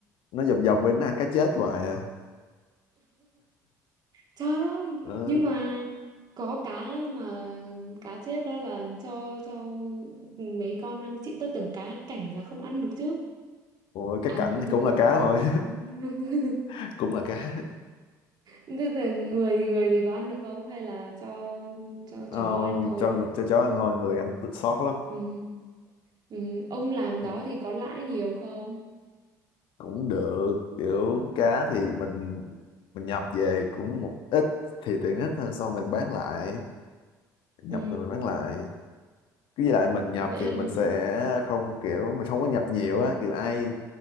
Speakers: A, on the left; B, on the right.
A: nó vòng vòng bên nó ăn cá chết hoài à
B: Trời ơi,
A: ừ.
B: nhưng mà có cá mà cá chết đó là cho cho mấy con ăn chị tôi tưởng cá cảnh là không ăn được chứ.
A: Ủa, cái
B: À
A: cảnh
B: nhưng
A: thì cũng là
B: mà
A: cá
B: cho
A: thôi
B: cho <laughs>
A: <laughs> cũng là cá
B: Thế là người người thì có ăn được không hay là cho cho
A: ờ,
B: chó ăn thôi?
A: cho cho chó ăn hồi người ăn thịt sót lắm
B: Ừ. Ừ. Ông làm
A: Ừ.
B: đó thì có lãi nhiều không?
A: cũng được kiểu cá thì mình mình nhập về cũng một ít thì tiện ích hơn sau mình bán lại nhập
B: Ừ.
A: rồi mình bán lại cứ với lại mình nhập
B: Vậy
A: thì
B: là-
A: mình sẽ không kiểu mình không có nhập nhiều á kiểu ai